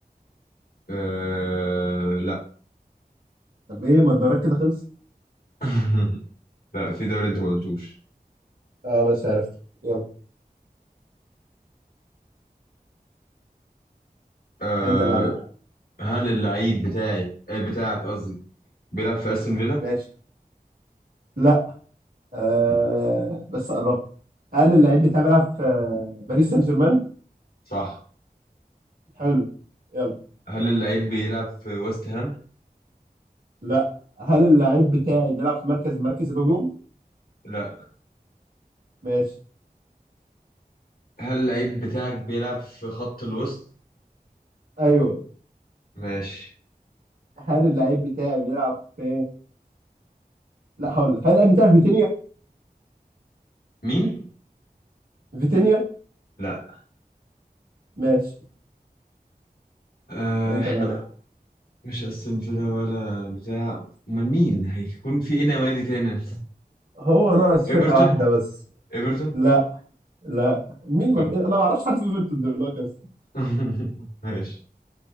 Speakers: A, on the left; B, on the right.
A: أه... لا
B: طب ايه ما الدوريات كده خلصت
A: <laughs> لا في دوري انت ما قلتوش
B: اه بس عرفته يلا
A: أه...
B: انت اللي عليك
A: هل اللعيب بتاعي آه، بتاعك قصدي بيلعب في استون فيلا
B: ماشي لا آه بس قربت هل اللعيب بتاعي بيلعب في آه، باريس سان جيرمان؟
A: صح
B: حلو يلا
A: هل اللعيب بيلعب في ويست هام
B: لا هل اللعيب بتاعي بيلعب في مركز مركز الهجوم؟
A: لا
B: ماشي
A: هل اللعيب بتاعك بيلعب في خط الوسط
B: ايوه
A: ماشي
B: هل اللعيب بتاعي بيلعب في لا هقول لك هل اللعيب بتاعي في فيتينيا؟
A: مين
B: فيتينيا؟
A: لا
B: ماشي
A: أه...
B: انت
A: احنا
B: اللي عليك
A: مش استون فيلا ولا بتاع امال مين هيكون في ايه نوادي تاني
B: هو ناقص
A: <laughs> ايفرتون
B: فرقة واحدة بس
A: ايفرتون
B: لا لا مين ما
A: برضو
B: انا ما اعرفش حد في يوفنتوس دلوقتي اصلا
A: <laughs> ماشي